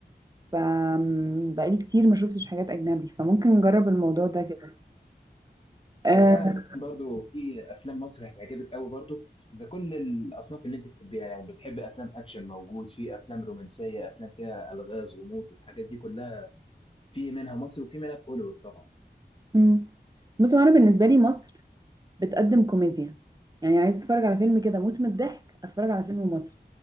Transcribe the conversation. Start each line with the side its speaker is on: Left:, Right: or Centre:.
Right: ف م، بقالي كتير ما شفتش حاجات أجنبي فممكن نجرب الموضوع ده كده آه،
Left: هي فعلا برضو في افلام مصر هتعجبك قوي برضو في كل الاصناف اللي انت تحبيها يعني بتحب افلام اكشن موجود في افلام رومانسيه افلام فيها الغاز غموض الحاجات دي كلها في منها مصر وفي منها في هوليوود طبعا
Right: م. بص هو أنا بالنسبة لي مصر بتقدم كوميديا يعني عايز أتفرج على فيلم كده موت من الضحك أتفرج على فيلم مصري